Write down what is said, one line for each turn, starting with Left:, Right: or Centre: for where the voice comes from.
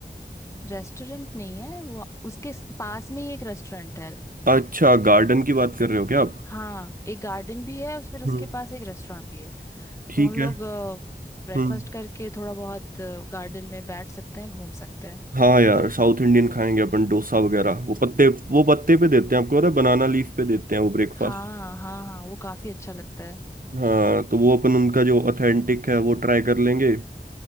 Left: रेस्टोरेंट नहीं है वो उसके स- पास में ही एक रेस्टोरेंट है
Right: अच्छा गार्डन की बात कर रहे हो क्या आप
Left: हाँ एक गार्डन भी है फिर उसके
Right: हम्म
Left: पास एक रेस्टोरेंट भी है
Right: ठीक
Left: तो हम लोग
Right: है
Left: ब्रेकफास्ट
Right: हम्म
Left: करके थोड़ा बहुत गार्डन में बैठ सकते हैं घूम सकते हैं
Right: हाँ यार साउथ इंडियन खाएंगे अपन डोसा वगैरह वो पत्ते वो पत्ते पे देते हैं आपको पता है बनाना लीफ पे देते हैं वो ब्रेकफास्ट
Left: हाँ हाँ हाँ वो काफी अच्छा लगता है
Right: हाँ तो वो अपन उनका जो ऑथेंटिक है वो ट्राई कर लेंगे